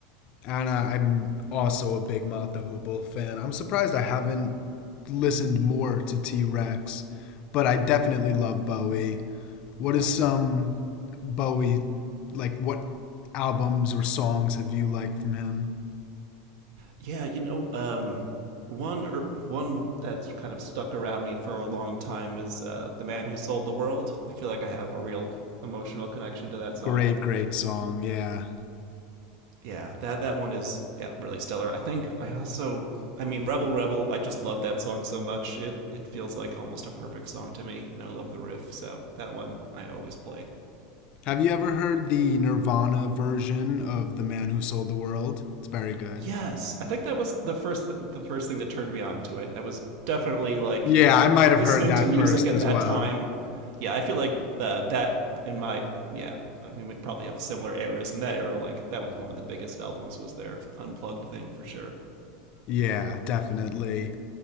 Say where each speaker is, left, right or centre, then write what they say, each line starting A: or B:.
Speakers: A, on the left; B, on the right.
A: And I, I'm also a big Mott the Hoople fan. I'm surprised I haven't listened more to T Rex, but I definitely love Bowie. What is
B: Oh yeah,
A: some Bowie, like, what albums or songs have you liked from him?
B: yeah. You know, um, one or one that's kind of stuck around me for a long time is uh, "The Man Who Sold the World." I feel like I have a real emotional connection to that song.
A: Great, great song. Yeah.
B: yeah, that that one is yeah really stellar. I think I also, I mean, Rebel Rebel. I just love that song so much. It it feels like almost a perfect song to me, and I love the riff. So that one I always play.
A: Have you ever heard the Nirvana version of The Man Who Sold the World? It's very good.
B: Yes, I think that was the first the first thing that turned me on to it. I was definitely like
A: Yeah, I might
B: listening
A: have heard that
B: to music
A: first
B: at
A: as
B: that
A: well.
B: time. Yeah, I feel like uh, that in my yeah. we probably have similar eras. In that era, like that was one of the biggest albums was their unplugged thing for sure.
A: Yeah, definitely.